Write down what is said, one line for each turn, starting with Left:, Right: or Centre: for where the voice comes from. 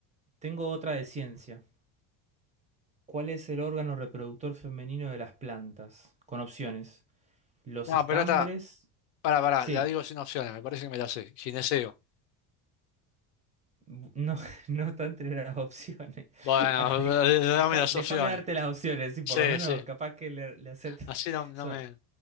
Right: Tengo otra de ciencia. ¿Cuál es el órgano reproductor femenino de las plantas? Con opciones. Los
Left: No,
Right: estambres.
Left: pero esta. Pará, pará,
Right: Sí,
Left: la digo sin opciones, me parece que me la sé. Gineceo.
Right: bu- no, <laughs> no está entre las opciones.
Left: Bueno,
Right: <laughs> Para, deja-
Left: <laughs> dame
Right: deja-
Left: las
Right: déjame
Left: opciones.
Right: darte las opciones, y por
Left: Sí,
Right: lo menos
Left: sí.
Right: capaz que le, le acierta.
Left: Así no, no
Right: Son
Left: me,